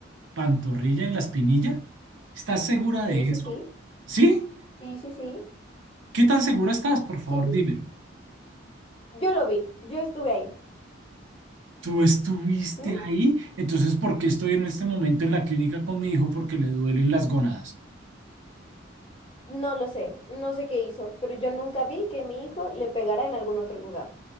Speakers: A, on the right; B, on the left.
A: ¿Pantorrilla en la espinilla? ¿Estás segura de
B: Sí,
A: eso?
B: sí, sí,
A: ¿Sí?
B: sí, sí, sí,
A: ¿Qué tan segura estás? Por favor,
B: sí.
A: dímelo.
B: Yo lo vi, yo estuve ahí.
A: ¿Tú estuviste
B: ¿m?
A: ahí? Entonces, ¿por qué estoy en este momento en la clínica con mi hijo? Porque le duelen las gónadas.
B: No lo sé, no sé qué hizo, pero yo nunca vi que mi hijo le pegara en algún otro lugar.